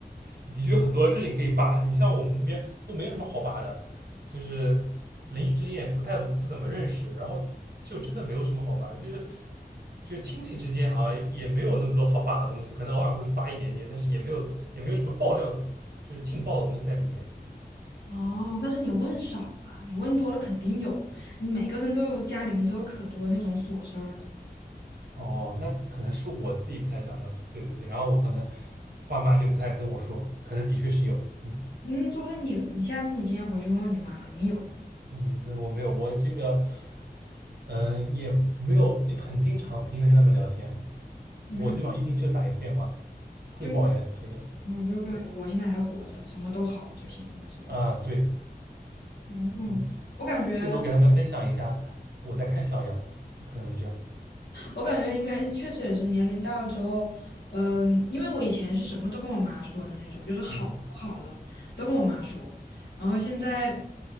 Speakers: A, on the right; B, on the left.
A: 也的确有很多事情可以扒。你像我们那边都没有什么好扒的，就是邻居之间也不太不怎么认识，然后就真的没有什么好扒，就是就是亲戚之间好像也没有那么多好扒的东西，可能偶尔会扒一点点，但是也没有也没有什么爆料的，就是劲爆的东西在里面。
B: 哦，那是你问少了，你问多了肯定有，每个人都有家里面都有可多那种琐事儿了。
A: 哦，那可能是我自己不太想了解，对对对，然后我可能爸妈就不太跟我说，可能的确是有，嗯
B: 嗯，说不定你你下次你今天回去问问你妈，肯定有。
A: 嗯，对我没有，我这个嗯，也没有经很经常频繁跟他们聊天，
B: 嗯，
A: 我基本上一星期就打一次电话，汇报一下就可以了。
B: 就嗯，就跟我现在还活着，什么都好就行了，是吧？
A: 啊，对，
B: 嗯嗯，
A: 嗯，
B: 我感觉，
A: 最多给他们分享一下我在看小羊，可能是这样。
B: 我感觉应该确实也是年龄大了之后，嗯，因为我以前是什么都跟我妈说的那种，就是好不好了都跟我妈说，
A: 嗯，
B: 然后现在